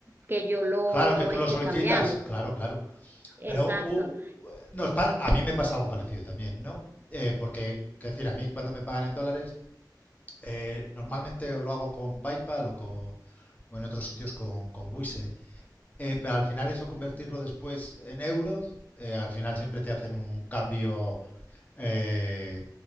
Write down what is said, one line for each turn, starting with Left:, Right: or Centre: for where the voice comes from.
Right: que yo lo
Left: Claro que tú
Right: estoy
Left: lo solicitas,
Right: cambiando.
Left: claro, claro.
Right: Exacto.
Left: Pero u- nos pa- a mí me pasa algo parecido también, ¿no? Eh, porque, quiero decir, a mí cuando me pagan en dólares, eh, normalmente o lo hago con PayPal o, con, o en otros sitios con, con Wise. Eh, pero al final eso convertirlo después en euros, eh, al final siempre te hacen un cambio eh,